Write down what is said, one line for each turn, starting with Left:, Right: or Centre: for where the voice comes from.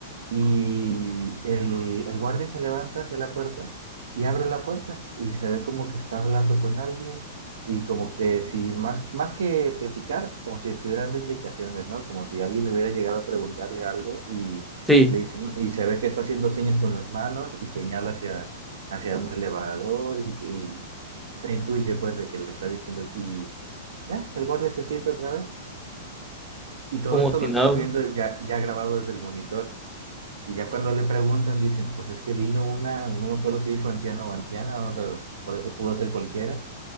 Right: Y el, el guardia se levanta hacia la puerta y abre la puerta y se ve como que está hablando con alguien y como que si más, más que platicar, como si estuviera dando indicaciones, ¿no? Como si alguien hubiera llegado a preguntarle algo y
Centre: Sí,
Right: le dicen, y se ve que está haciendo señas con las manos y señala hacia, hacia un elevador y, y se intuye pues de que le está diciendo y ya, el guardia se siente otra vez. Y todo
Centre: como
Right: esto
Centre: si
Right: lo estamos
Centre: nada.
Right: viendo ya, ya grabado desde el monitor. Y ya cuando le preguntan, dicen, pues es que vino una, no me acuerdo si dijo anciano o anciana, o sea, puede ser, pudo ser cualquiera.